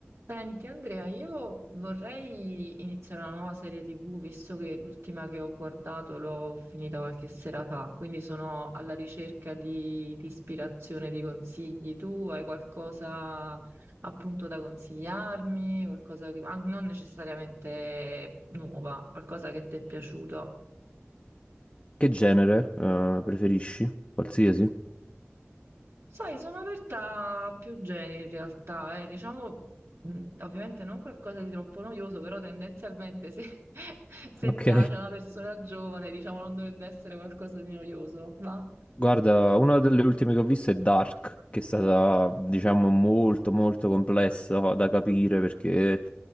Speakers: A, on the right; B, on the left.
A: Senti Andrea, io vorrei iniziare una nuova serie TV, visto che l'ultima che ho guardato l'ho finita qualche sera fa, quindi sono alla ricerca di, di ispirazione, di consigli. Tu hai qualcosa appunto da consigliarmi, qualcosa che, an- non necessariamente nuova, qualcosa che ti è piaciuto?
B: Che genere, eh, preferisci? Qualsiasi?
A: Sai, sono aperta a più generi in realtà, eh. Diciamo, mh, ovviamente non qualcosa di troppo noioso, però tendenzialmente se, <laughs> se
B: Ok.
A: piace a una persona giovane, diciamo, non dovrebbe essere qualcosa di noioso, va?
B: Guarda, una delle ultime che ho visto è Dark, che è stata, diciamo, molto molto complessa da capire perché,